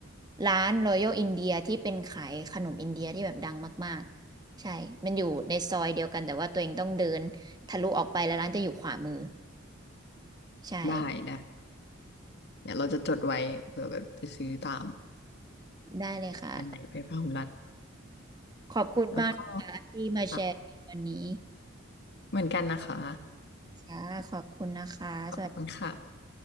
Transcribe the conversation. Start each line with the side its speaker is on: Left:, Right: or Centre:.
Right: ร้าน Royal India ที่เป็นขายขนมอินเดียที่แบบดังมากๆใช่มันอยู่ในซอยเดียวกันแต่ว่าตัวเองต้องเดินทะลุออกไปแล้วร้านจะอยู่ขวามือ ใช่
Left: ได้ได้เดี๋ยวเราจะจดไว้เผื่อแบบไปซื้อตาม
Right: ได้เลยค่ะ
Left: อันไหนไปพาหุรัต
Right: ขอบคุณมากนะคะที่มาแชร์วันนี้
Left: แล้วก็ค่ะเหมือนกันนะคะ
Right: ค่ะขอบคุณนะคะสวัสดี
Left: ขอบคุณค่ะ